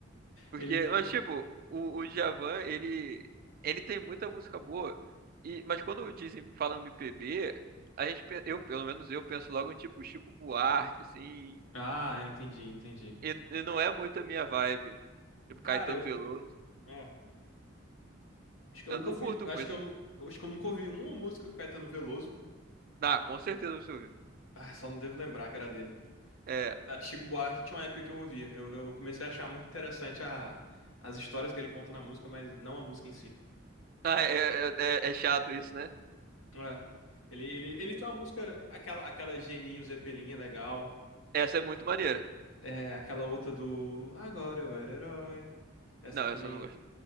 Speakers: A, on the right; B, on the left.
A: Porque,
B: Ele tem.
A: mas tipo, o, o Djavan, ele, ele tem muita música boa. E, mas quando dizem, falam MPB, a gente, pe- eu, pelo menos eu, penso logo em tipo Chico Buarque, assim.
B: Ah, entendi, entendi.
A: E, e não é muito a minha vibe. Tipo
B: Cara,
A: Caetano
B: eu.
A: Veloso.
B: é, acho que eu
A: Eu
B: nunca
A: não
B: fui.
A: curto
B: eu Acho
A: muito.
B: que eu, eu acho que eu nunca ouvi uma música do Caetano Veloso.
A: Ah, com certeza você ouviu.
B: Ah, só não devo lembrar que era dele.
A: É.
B: Ah, Chico Buarque tinha uma época que eu ouvia. Eu, eu comecei a achar muito interessante a, as histórias que ele conta na música, mas não a música em si.
A: Ah, é, é, é é chato isso, né?
B: É. Ele, ele, ele tem uma música, aquela, aquela Geninho Zeppelin é legal.
A: Essa é muito maneira.
B: É aquela outra do Agora eu era herói. Essa
A: Não,
B: também.
A: essa eu não gosto.